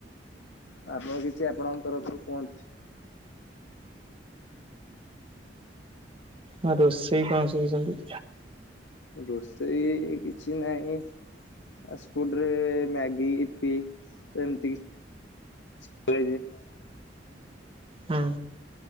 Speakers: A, on the left (about 80°); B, on the right (about 30°).
A: ଆପଣ କିଛି ଆପଣଙ୍କ ତରଫରୁ କୁହନ୍ତୁ।
B: ଆଁ ରୋଷେଇ କଣ ଶିଖିଛନ୍ତି?
A: ରୋଷେଇ କିଛି ନାହିଁ। ଆ ସ୍କୁଲ ରେ ମ୍ୟାଗି ଇପି ତ ଏମିତି କିଛି <unintelligible>
B: ହଁ।